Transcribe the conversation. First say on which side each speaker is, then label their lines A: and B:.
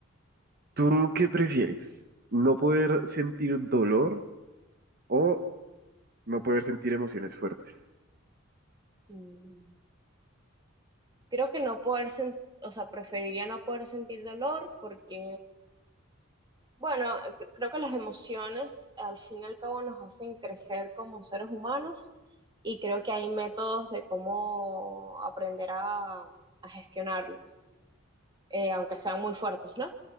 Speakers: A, on the right; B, on the right.
A: ¿tú qué prefieres? ¿No poder sentir dolor o no poder sentir emociones fuertes? <laughs>
B: Mm, Creo que no poder sentir, o sea, preferiría no poder sentir dolor porque, bueno, cre- creo que las emociones al fin y al cabo nos hacen crecer como seres humanos y creo que hay métodos de cómo aprender a, a gestionarlas, eh, aunque sean muy fuertes, ¿no?